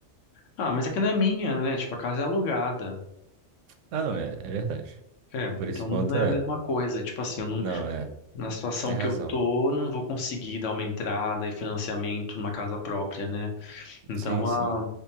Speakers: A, on the left; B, on the right.
A: Ah, mas é que não é minha, né? Tipo, a casa é alugada.
B: Ah, não, é, é verdade.
A: É,
B: Por
A: então
B: esse ponto
A: não é
B: é.
A: a mesma coisa. Tipo assim, eu não,
B: Não, é.
A: na situação
B: Tem razão.
A: que eu tô, não vou conseguir dar uma entrada e financiamento numa casa própria, né? Então,
B: Sim, sim.
A: ah,